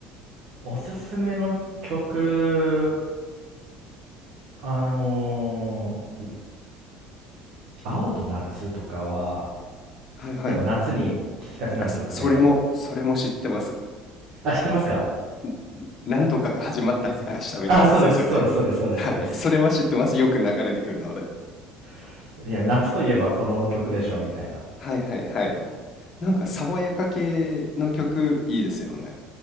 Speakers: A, on the right; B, on the left.
A: おすすめの曲、あのー青と夏とかは、
B: はいはい。
A: やっぱ夏に聴きたくなる曲で、
B: そそれもそれも知ってます。
A: あ、知ってますか
B: んなんとかが始まった合図が。したみたいなやつですよね。
A: あ、そうです、そうです、そうです、そうです、
B: はい、
A: そうです。
B: それは知ってます。よく流れてくるので。
A: <laughs> いや、夏といえばこの曲でしょ、みたいな。
B: はいはいはい。なんか爽やか系の曲いいですよね。